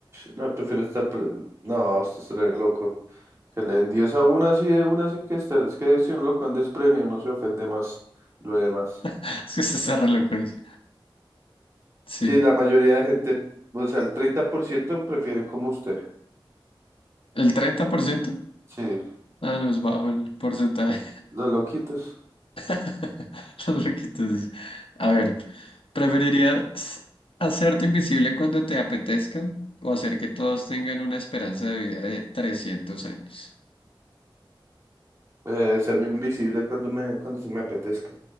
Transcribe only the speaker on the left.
<laughs> Es que se está re loco, dice. Sí.
¿El treinta por ciento,
Ah, no, es bajo el porcentaje.
<laughs> Los huequitos. A ver, ¿preferirías hacerte invisible cuando te apetezca o hacer que todos tengan una esperanza de vida de 300 años?